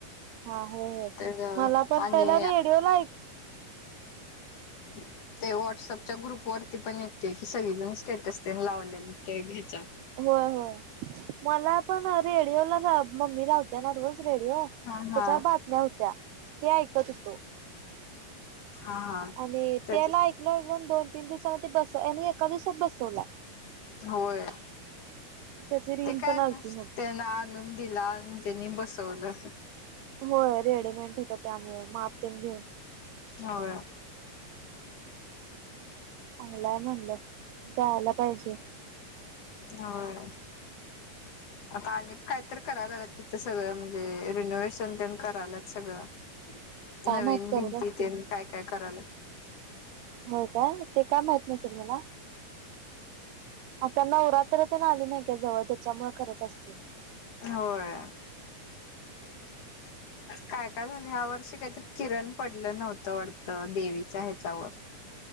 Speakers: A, on the right (about 85°); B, on the left (about 55°).
A: हा, होय होय,
B: तर
A: मला पण
B: आणि
A: पहिला रेडिओ ला ऐक
B: <unintelligible> <inaudible> ते व्हॉट्सअपच्या ग्रुप वरती पण येतय की, सगळीजण स्टेटस तेन लावलेले ते हेचा
A: होय होय, मला पण रेडिओ ला मम्मी दाखवली त्यांना रोज रेडिओ, त्याच्यावर
B: हा हा
A: बातम्या होत्या, ते ऐकत होतो.
B: हा हा.
A: आणि
B: त्याच
A: तेला ऐकलं ऐकलो, आणि दोन-तीन दिवसांन ते बस आणि एका दिवसात बसवलाय.
B: होय.
A: त्याची रील
B: ते काय
A: पण
B: नुस
A: आलती मग.
B: त्यांना आणून दिला, आणि त्यांनी बसवलं.
A: होय, रेडीमेंट होत त्यामुळ, माप तेन घेऊन.
B: होय.
A: चांगलाय म्हणलं, जायला पाहिजे.
B: होय आता आणि काय तर कराय लागलात तिथं सगळं म्हणजे रेनिवेशन तेण करायलात सगळं.
A: काय
B: नवीन
A: माहित करत
B: भिंती
A: असतील
B: तेन काय काय करायल्यात
A: होय काय ते काय माहित सोड मला आता नवरात्र ते ना आली नाही का जवळ त्याच्यामुळे करत असतील.
B: होय काय काय झालं ह्या वर्षी काहीतरी किरण पडलं नव्हतं वाटतं देवीच्या ह्याच्यावर